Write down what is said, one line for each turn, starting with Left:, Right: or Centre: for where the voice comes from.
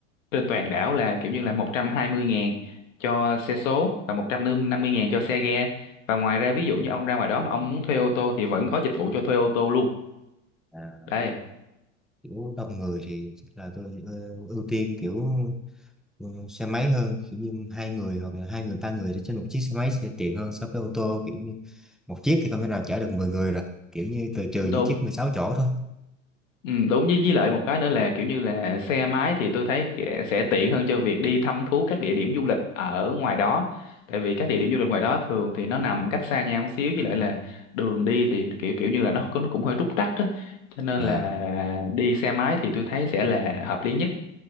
Left: trên toàn đảo là kiểu như là một trăm hai mươi ngàn cho xe số và một trăm năm mươi ngàn cho xe ga và ngoài ra ví dụ như ông ra ngoài đó mà ông muốn thuê ô tô thì vẫn có dịch vụ cho thuê ô tô luôn
Centre: mà
Left: đây
Centre: kiểu đông người thì chắc là tôi ờ, ưu tiên kiểu ờ, xe máy hơn kiểu như hai người hoặc là hai người ba người thì trên một chiếc xe máy sẽ tiện hơn so với ô tô kiểu như một chiếc thì không thể nào chở được 10 người rồi kiểu như từ trừ
Left: đúng
Centre: những chiếc 16 chỗ thôi
Left: Ừ, đúng với với lại một cái nữa là kiểu như là xe máy thì tôi thấy kẻ- sẽ tiện hơn cho việc đi thăm thú các địa điểm du lịch ở ngoài đó tại vì các địa điểm du lịch ngoài đó thường thì nó nằm cách xa nhau một xíu với lại là đường đi thì kiểu kiểu như là nó nó cũng hơi trúc trắc á cho nên
Centre: à,
Left: là đi xe máy thì tôi thấy sẽ là hợp lý nhất